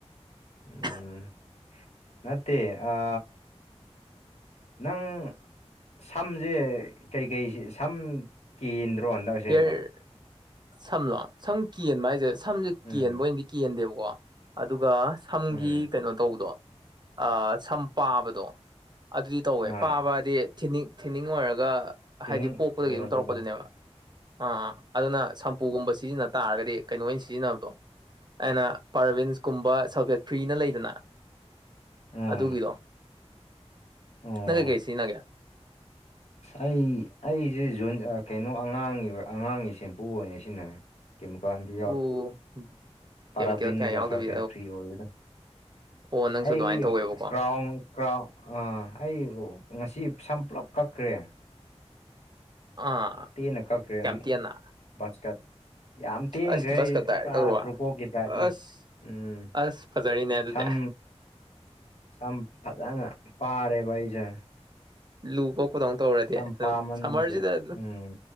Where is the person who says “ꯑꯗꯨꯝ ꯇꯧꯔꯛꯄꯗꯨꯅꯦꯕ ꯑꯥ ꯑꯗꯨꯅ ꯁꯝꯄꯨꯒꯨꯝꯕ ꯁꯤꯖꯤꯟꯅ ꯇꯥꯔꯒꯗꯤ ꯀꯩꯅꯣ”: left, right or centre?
Right